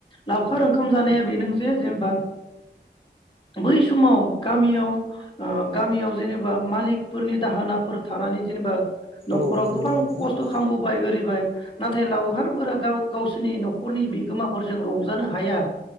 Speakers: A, on the left; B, on the right.
A: लावखार ओंखाम जानाया बेनो जे जेनेबा बै समाव <unintelligible> ओ गामियाव जेनेबा मालिकफोरनि दाहोनाफोर थानानै जेनेबा न'खराव
B: औ औ नंगौ
A: गोबां
B: नोंथां
A: खस्थ'
B: औ
A: खामबोबाय होरैबाय नाथाय लावहारबोरा गाव गावसोरनि न'खरनि बिगोमाफोरजों रंजानो हाया